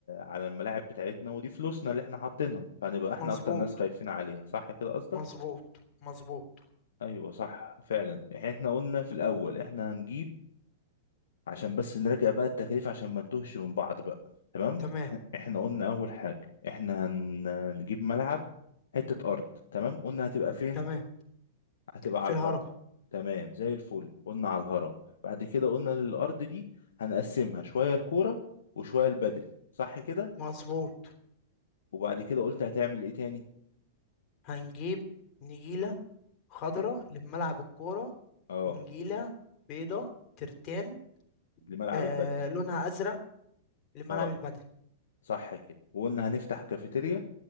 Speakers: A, on the left (about 65°); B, on the left (about 35°).
A: على الملاعب بتاعتنا ودي فلوسنا اللي احنا حاطينها فهنبقى احنا
B: مظبوط
A: اكتر ناس خايفين عليها صح كده قصدك
B: مظبوط مظبوط
A: ايوه صح فعلا يعني احنا قلنا في الاول احنا هنجيب عشان بس نراجع بقى التكاليف عشان ما نتوهش من بعض بقى تمام
B: تمام
A: إح- احنا قلنا اول حاجه احنا هنجيب ملعب حته ارض تمام قلنا هتبقى فين
B: تمام
A: هتبقى
B: في
A: على
B: الهرم
A: الهرم تمام زي الفل قلنا على الهرم بعد كده قلنا الأرض دي هنقسمها شوية الكورة وشوية البدل صح كده
B: مظبوط
A: وبعد كده قلت هتعمل ايه تاني
B: هنجيب نجيلة خضراء
A: حلو
B: لملعب الكورة
A: اه
B: ونجيلة بيضة ترتان
A: لملعب
B: آه
A: البدل
B: لونها أزرق لملعب
A: اه
B: البدل
A: صح كده وقلنا هنفتح كافيتيريا